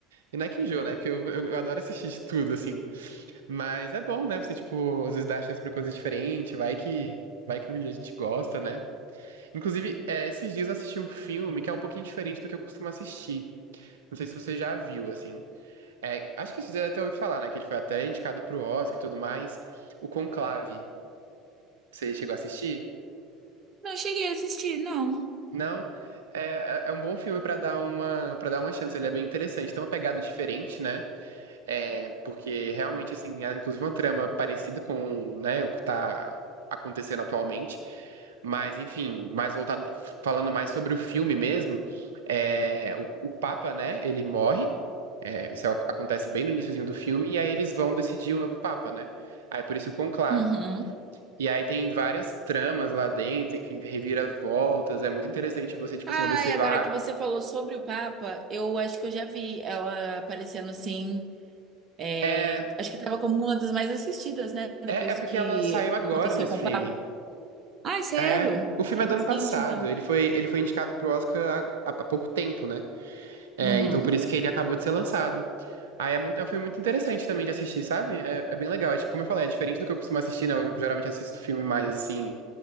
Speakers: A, on the right (about 70°); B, on the right (about 40°).
A: E não é que enjoa, né? Porque eu, eu eu adoro assistir de tudo, assim. Mas é bom, né? Você, tipo, às vezes dá chance pra coisas diferentes, vai que, vai que a gente gosta, né? Inclusive, é, esses dias eu assisti um filme que é um pouquinho diferente do que eu costumo assistir. Não sei se você já viu, assim. É, acho que você até ouviu falar, né? Que ele foi até indicado pro Oscar e tudo mais. O Conclave. Você chegou a assistir?
B: Não cheguei a assistir, não.
A: Não? É, é é um bom filme pra dar uma, para dar uma chance. Ele é bem interessante. Tem uma pegada diferente, né? É, porque realmente, assim, é inclusive uma trama parecida com, né, o que tá acontecendo atualmente. Mas, enfim, mais voltado, falando mais sobre o filme mesmo, é, o, o Papa, né, ele morre. É, isso ac- acontece bem no iniciozinho do filme, e aí eles vão decidir o novo Papa, né? Aí por isso o conclave.
B: Uhum.
A: E aí tem várias tramas lá dentro, enfim, reviravoltas. É muito interessante você, tipo
B: Ai,
A: assim, observar.
B: agora que você falou sobre o Papa, eu acho que eu já vi ela aparecendo assim. é,
A: É,
B: Acho que tava como uma das mais assistidas, né? Depois
A: é, é porque
B: do que
A: ela saiu agora
B: aconteceu
A: no streaming.
B: com o Papa. Ai, sério?
A: É, o filme
B: É
A: é
B: recente,
A: do ano passado.
B: então.
A: Ele foi, ele foi indicado pro Oscar há, há pouco tempo, né? É,
B: Uhum.
A: então por isso que ele acabou de ser lançado. Aí é, muito, é um filme muito interessante também de assistir, sabe? É, é bem legal. Acho que, como eu falei, é diferente do que eu costumo assistir, né? Eu geralmente assisto filme mais assim,